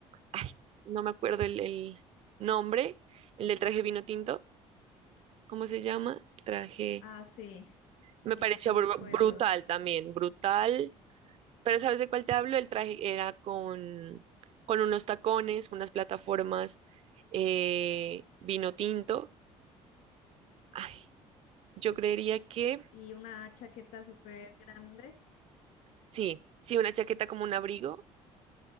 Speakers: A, on the right (about 50°); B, on the left (about 85°).
A: ay, no me acuerdo el, el nombre, el del traje vino tinto, ¿cómo se llama? El traje,
B: ah, sí,
A: me
B: eh,
A: pareció
B: no
A: bru-
B: me acuerdo.
A: brutal también, brutal, pero ¿sabes de cuál te hablo? El traje era con, con unos tacones, unas plataformas, eh, vino tinto, ay, yo creería que
B: Y una chaqueta súper grande.
A: sí, sí, una chaqueta como un abrigo,